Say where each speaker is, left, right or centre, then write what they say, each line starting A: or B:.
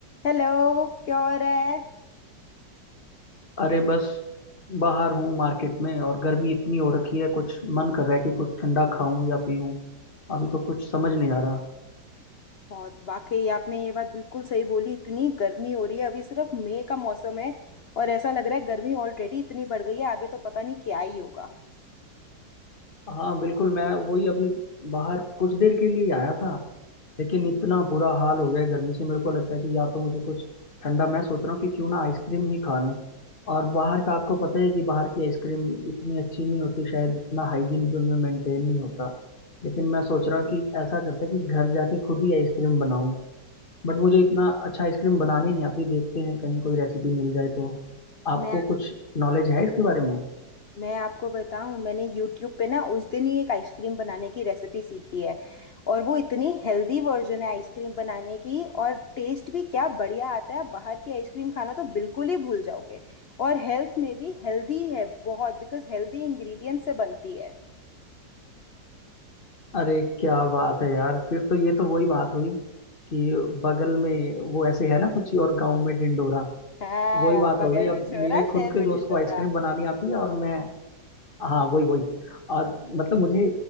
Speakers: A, on the left (about 80°); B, on the left (about 30°).
A: Hello क्या हो रहा है
B: अरे बस बाहर हूँ मार्केट में और गर्मी इतनी हो रखी है कुछ मन कर रहा है कि कुछ ठंडा खाऊं या पीऊं अभी तो कुछ समझ नहीं आ रहा
A: बहुत वाकई आपने ये बात बिल्कुल सही बोली इतनी गर्मी हो रही है अभी सिर्फ मई का मौसम है और ऐसा लग रहा है गर्मी ऑलरेडी इतनी बढ़ गई है आगे तो पता नहीं क्या ही होगा
B: हाँ बिल्कुल मैं वही अभी बाहर कुछ देर के लिए ही आया था लेकिन इतना बुरा हाल हो गया है गर्मी से मेरे को लगता है कि या तो मुझे कुछ ठंडा मैं सोच रहा हूँ कि क्यों ना आइसक्रीम ही खा लूँ और बाहर का आपको पता है कि बाहर की आइसक्रीम इतनी अच्छी नहीं होती शायद इतना हाइजीन भी उनमें मेंटेन नहीं होता लेकिन मैं सोच रहा हूँ कि ऐसा करते हैं कि घर जाके खुद ही आइसक्रीम बनाऊं बट मुझे इतना अच्छा आइसक्रीम बनानी नहीं आती देखते हैं कहीं कोई रेसिपी मिल जाए तो आपको
A: मैं
B: कुछ नॉलेज है इसके बारे में
A: मैं आपको बताऊं मैंने यूट्यूब पे ना उस दिन ही एक आइसक्रीम बनाने की रेसिपी सीखी है और वो इतनी हेल्दी वर्जन है आइसक्रीम बनाने की और टेस्ट भी क्या बढ़िया आता है बाहर की आइसक्रीम खाना तो बिल्कुल ही भूल जाओगे और हेल्थ में भी हेल्दी है बहुत बिकॉज हेल्दी इंग्रेडिएंट से बनती है
B: अरे क्या बात है यार फिर तो ये तो वही बात हुई कि बगल में वो ऐसे है ना कुछ और गांव में ढिंडोरा
A: हाँ
B: वही बात
A: बगल
B: हो गई
A: में
B: अब
A: छोरा
B: मेरे
A: शहर
B: खुद के
A: में
B: दोस्त
A: ढिंढोरा
B: को आइसक्रीम बनानी आती है और मैं हाँ वही वही और मतलब मुझे